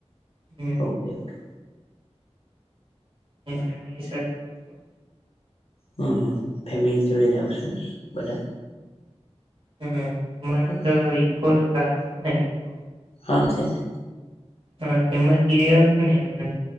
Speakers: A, on the right (about 50°); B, on the left (about 60°).
A: હમ
B: ઓકે ઓકે.
A: ફેમિલી સાથે આવો
B: હમ્મ હમ્મ ફેમિલી જોડે આવસુ બધા
A: હમ્મ તમારી
B: બરાબર
A: બી તો ઈકો કાર છે ને ઈકો
B: હા છે ને.
A: હા તેમાંથી લીઆવજો ને એમાં